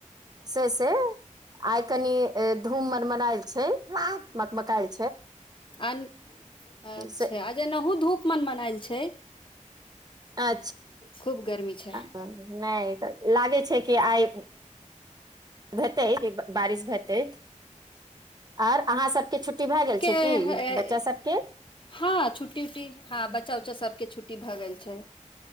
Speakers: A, on the right; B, on the left.
A: से से आइ कनि धूप मन मनायल छै मक् मकाईल
B: अन अच्छा
A: से
B: आज एनाहु धूप मन मन आयल छै
A: अच्छा
B: खूब गर्मी छै
A: ता नहि त लागे छै कि आई हेतैय बारिश हेतै आर अहाँ सबके छुट्टी भए गेल छै
B: ह य
A: की बच्चा सभके
B: हँ छुट्टी उट्टी हँ बच्चा उच्चा सभकें सबके छुट्टी भ गेल छै।